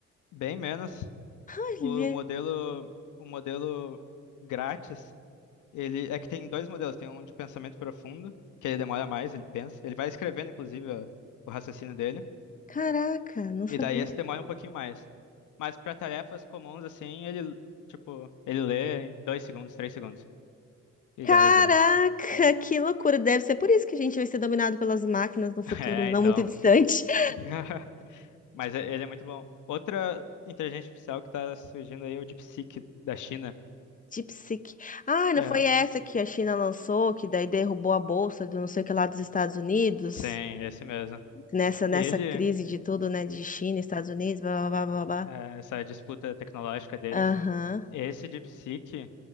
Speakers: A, on the left; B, on the left.
A: Bem menos.
B: Olha,
A: O modelo, o modelo grátis Ele é que tem dois modelos, tem um de pensamento profundo, que ele demora mais, ele pensa, ele vai escrevendo inclusive a- o raciocínio dele,
B: caraca, não sabia.
A: e daí esse demora um pouquinho mais. Mas para tarefas comuns assim, ele tipo, ele lê em dois segundos, três segundos e
B: Caraca,
A: já resume.
B: que loucura! Deve ser por isso que a gente vai ser dominado pelas máquinas
A: <laughs>
B: no futuro
A: É,
B: não
A: então.
B: muito distante. <laughs>
A: <laughs> Mas e- ele é muito bom. Outra inteligência artificial que tá surgindo aí é o DeepSeek da China.
B: Deep Seek. Ah, não
A: É,
B: foi essa que a China lançou, que daí derrubou a bolsa do não sei o que lá dos Estados Unidos?
A: sim, esse mesmo.
B: Nessa, nessa
A: Ele,
B: crise de tudo, né? De China, Estados Unidos, blá blá blá blá blá.
A: é, essa disputa tecnológica deles,
B: Aham.
A: esse DeepSeek,